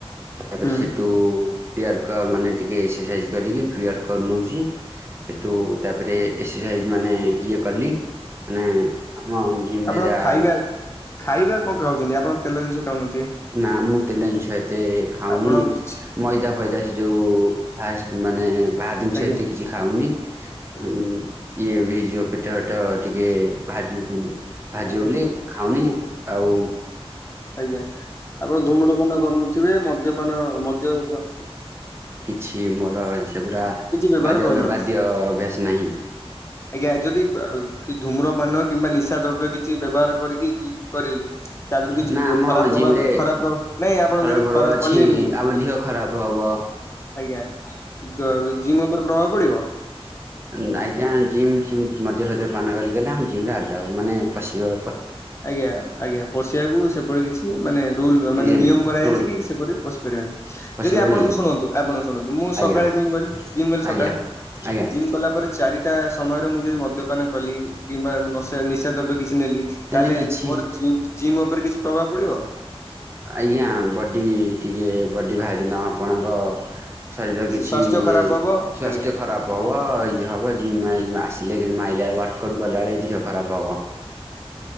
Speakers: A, on the right (about 25°); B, on the left (about 25°).
A: ତାପରେ
B: ହୁଁ।
A: ସେଠୁ ପ୍ରିୟର କର ମାନେ ଟିକେ ଏକ୍ସରସାଇଜ୍ କରିକି ପ୍ରିୟର କର ନଉଛି। ହେଠୁ ତାପରେ ଏକ୍ସରସାଇଜ୍ ମାନେ ଇଏ କଲି ମାନେ ଆମ ଜିମରେ
B: ଆପଣ
A: ଯାହା
B: ଖାଇବା ଖାଇବା କଣ ଖାଉଛନ୍ତି ଆପଣ ତେଲ ଜିନିଷ ଖାଉନାହା
A: ନା ମୁଁ ତେଲ ଜିନିଷ ଏତେ ଖାଉନି
B: ଆପଣ କିଛି
A: ମଇଦା ଫଇଦା ଯୋଉ ଫାସ ମାନେ ବା ଜିନିଷ
B: ଆଜ୍ଞା
A: ଏତେ କିଛି ଖାଉନି
B: ଆଜ୍ଞା
A: ଉଁ ଇଏ ହେଇଯିବ ପେଟ ତ ଟିକେ ବାହାରିଯିବ ବାହାରିଯିବ
B: ଆଜ୍ଞା
A: ବୋଲି ଖାଉନି ଆଉ।
B: ଆଜ୍ଞା ଆପଣ ଧୂମ୍ରପାନ କରୁନଥିବେ ମଦ୍ୟପାନ ମଦ୍ୟପା
A: ଛି ମୋର ସେଗୁଡା଼
B: ବ୍ୟବହାର
A: ବାଦ୍ୟ
B: କରୁନାହାନ୍ତି।
A: ବାଦ୍ୟ ଅଭ୍ୟାସ ନାହିଁ।
B: ଆଜ୍ଞା ଯଦି କି ଧୂମ୍ରପାନ କିମ୍ବା ନିଶା ଦ୍ରବ୍ୟ କିଛି ବ୍ୟବହାର କରିକି କରିଲି ତା ଦେରୁ କିଛି
A: ନା ଆମ
B: ଖରାପ ପ୍ରଭାବ
A: ଜିମ୍ ରେ
B: ଖରାପ ପ୍ରଭାବ ନାଇଁ ଆପଣ ଯଦି
A: ପର୍ବ
B: ଖରାପ
A: ଅଛି
B: କଲି ମୁଁ।
A: ଆମ ଦିହ ଖରାପ ହବ।
B: ଆଜ୍ଞା ତ ଜିମ୍ ଉପରେ ପ୍ରଭାବ ପଡିବ।
A: ନା ଆଜ୍ଞା ଜିମ୍ ସେମ ମଦ୍ୟ ଫଦ୍ୟପାନ କରିକି ଗଲେ ଆମେ ଜିମରେ ଆଲାଉ ମାନେ ପଶିବା
B: ଆଜ୍ଞା ଆଜ୍ଞା ପଶିବାକୁ ସେପରି କିଛି ମାନେ ରୁଲ ମାନେ
A: ଇଏ
B: ନିୟମ
A: ନାହିଁ
B: କରାଯାଇଛି
A: ରୁଲ୍
B: କି ସେପରି ପଶି ପାରିବନି
A: ପଶିବନି
B: ଯଦି ଆପଣଙ୍କୁ ଶୁଣନ୍ତୁ ଆପ ଶୁଣନ୍ତୁ ମୁଁ
A: ଆଜ୍ଞା
B: ସକାଳେ ଜିମ୍ ଗଲି ଜିମ୍ ଗଲି
A: ଆଜ୍ଞା
B: ସକାଳେ।
A: ଆଜ୍ଞା।
B: ଜିମ୍ କଲା ପରେ ଚାରିଟା ସମୟରେ ମୁଁ ଯଦି ମ ଦ୍ୟ ପାନ କଲି କିମ୍ବା ନ ନିଶା ଦ୍ରବ୍ୟ କିଛି ନେଲି
A: ସେମିତି
B: ତାହେଲେ
A: କିଛି
B: ମୋର ଜିମ୍ ଜିମ୍ ଉପରେ ଉପରେ କିଛି ପ୍ରଭାବ ପଡ଼ିବ?
A: ଆଜ୍ଞା ବଡ଼ି ଟିକେ ବଡ଼ି ବାହାରିଛନ୍ତି ଅ ଆପଣଙ୍କ ଶରୀର କିଛି
B: ସ୍ୱାସ୍ଥ୍ୟ
A: ଇଏ
B: ଖରାପ
A: ସ୍ୱାସ୍ଥ୍ୟ
B: ହବ ଆଜ୍ଞା।
A: ଖରାପ ହବ ଇଏ ହବ ଜିମ୍ ମ ଆସିଲେ କି ମାଇଲା ବେଳୁ ୱାର୍କ ଆଉଟ କଲାବେଳେ ଦେହ ଖରାପ ହବ।